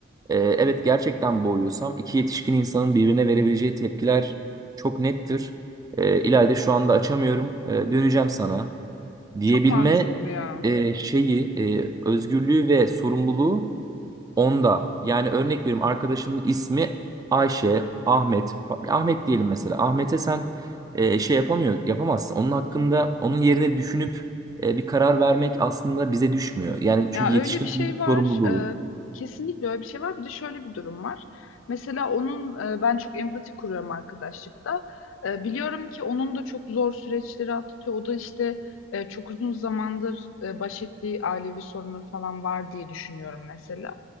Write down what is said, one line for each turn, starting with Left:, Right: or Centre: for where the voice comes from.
Right: E, evet gerçekten boğuyorsam iki yetişkin insanın birbirine verebileceği tepkiler çok nettir. E, İlayda şu anda açamıyorum. E, döneceğim sana diyebilme
Left: Çok mantıklı ya.
Right: e, şeyi, e, özgürlüğü ve sorumluluğu Onda yani örnek veriyorum arkadaşının ismi Ayşe, Ahmet. Ahmet diyelim mesela. Ahmet'e sen e, şey yapamıyor, yapamazsın. Onun hakkında onun yerine düşünüp e, bir karar vermek aslında bize düşmüyor. Yani çünkü
Left: Ya
Right: yetişkin
Left: öyle bir şey var.
Right: sorumluluğu.
Left: Ee, kesinlikle öyle bir şey var. Bir de şöyle bir durum var. Mesela onun e, ben çok empati kuruyorum arkadaşlıkta. Ee, biliyorum ki onun da çok zor süreçleri atlatıyor. O da işte e, çok uzun zamandır e, baş ettiği ailevi sorunları falan var diye düşünüyorum mesela.